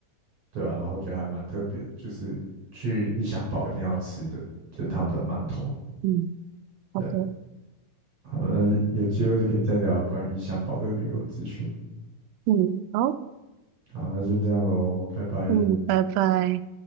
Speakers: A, on the right; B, on the right.
A: 对啊，然后觉得还蛮特别的，就是去异乡堡一定要吃的，就是他们的馒头。
B: 嗯，
A: 对，
B: 好的，
A: 好，了，有机会就可以再聊关于异乡堡的旅游资讯。
B: 嗯好，
A: 好，那就这样喽，拜拜。
B: 嗯，拜拜。